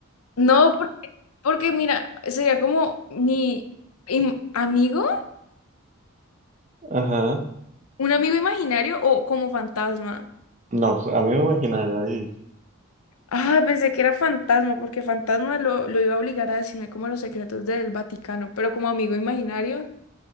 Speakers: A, on the left (about 80°); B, on the right (about 35°).
A: no, porque, porque mira, sería como mi im- amigo.
B: Ajá.
A: ¿Un amigo imaginario o como fantasma?
B: No, pues, amigo imaginario, ahí.
A: Ah, pensé que era fantasma, porque fantasma lo, lo iba a obligar a decirme como los secretos del Vaticano, pero como amigo imaginario,